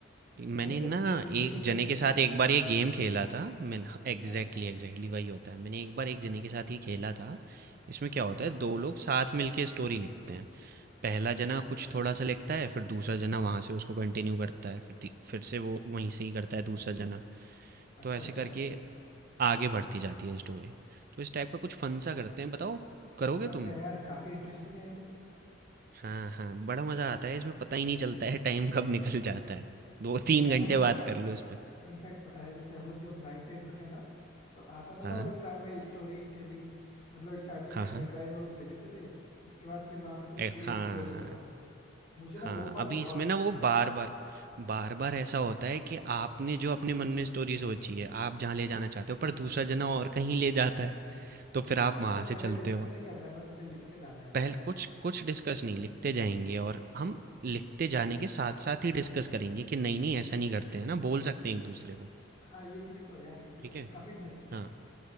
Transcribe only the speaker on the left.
मतलब
दोनों
को मिलके
उसमें
स्टोरी
क्रिएट
करनी
है
अच्छा
अच्छा
अच्छा
अच्छा
करते
हैं ना यार काफी इंटरेस्टिंग है ये तो
यार मतलब
इनफैक्ट पता है जैसे हम लोग जब नाइन टेंथ में थे ना तो आता था
ना वो एग्जाम में स्टोरी टेलिंग मतलब स्टार्टिंग
का
एक लाइन वो लोग दे देते थे उसके बाद फिर वहां पे तुम
पूरी
एक स्टोरी बनाओ मुझे
ना वो पार्ट
बहुत
पसंद
था
अच्छा
मतलब पहले
डिस्कस
नहीं करना है बस ऐसे लिखते जाना है ऐसा
हाँ ये चीज तो है यार ये चीज
तो फिर
काफी इंटरेस्टिंग
है